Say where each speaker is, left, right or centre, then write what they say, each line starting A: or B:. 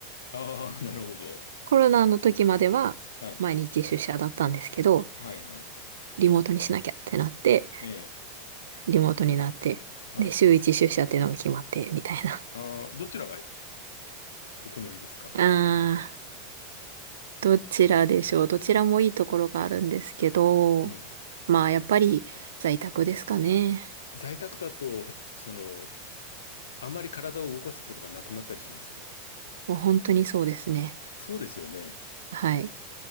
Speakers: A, on the left (about 85°); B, on the right (about 85°).
A: ああ、<laughs> なるほど。
B: コロナの時までは毎日出社だったんですけど、
A: はい。はいはい。
B: リモートにしなきゃってなって、
A: ええ、
B: リモートになって、
A: はい。
B: で、週一出社っていうのが決まって、みたいな。
A: ああ、どちらがえお好みですか
B: <laughs> あー、どちらでしょう。どちらもいいところがあるんですけど、
A: うん。
B: まあ、やっぱり在宅ですかね。
A: 在宅だと、へその、あまり体を動かすことがなくなったりしませんか
B: もう本当にそうですね。
A: そうですよね。
B: はい。